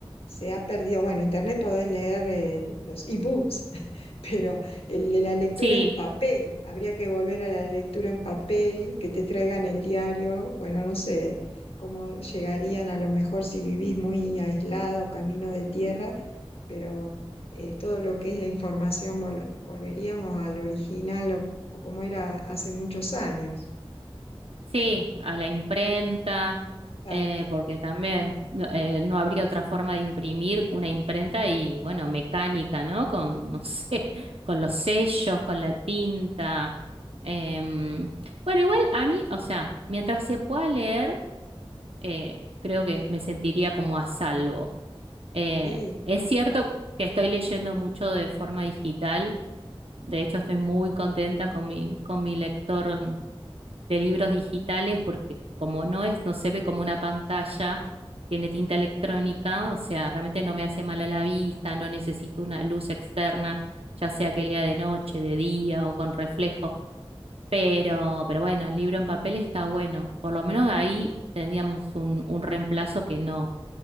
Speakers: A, on the left; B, on the right.
A: se ha perdido. Bueno, internet podés leer eh, los ebooks, <laughs> pero el de la lectura
B: Sí.
A: en papel, habría que volver a la lectura en papel, que te traigan el diario. Bueno, no sé cómo llegarían a lo mejor si vivís muy aislado, camino de tierra pero eh, todo lo que es la información vol- volveríamos al original o, o como era hace muchos años.
B: Sí, a la imprenta,
A: Exacto.
B: eh, porque también no eh, no habría otra forma de imprimir una imprenta y bueno, mecánica, ¿no? Con, no <laughs> sé, con los sellos, con la tinta. Em, bueno, igual a mí, o sea, mientras se pueda leer, eh, creo que me sentiría como a salvo. Eh,
A: Sí,
B: es cierto que estoy leyendo mucho de forma digital, de hecho estoy muy contenta con mi, con mi lector de libros digitales porque como no es, no se ve como una pantalla, tiene tinta electrónica, o sea, realmente no me hace mal a la vista, no necesito una luz externa, ya sea que lea de noche, de día o con reflejo. Pero, pero bueno, el libro en papel está bueno. Por lo menos ahí tendríamos un, un reemplazo que no,